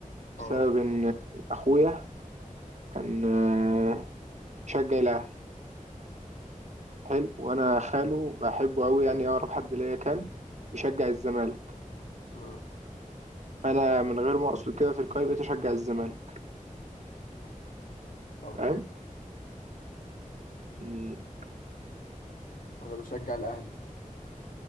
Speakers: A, on the left; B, on the right.
A: اه
B: بسبب ان اخويا كان آه، يشجع الاهلي حلو وانا خاله بحبه قوي يعني اقرب حد ليا كان يشجع الزمالك
A: اه
B: انا من غير ما اقصد كده في القايمه بقيت اشجع الزمالك
A: طب
B: فاهم
A: حلو
B: امم
A: انا بشجع الاهلي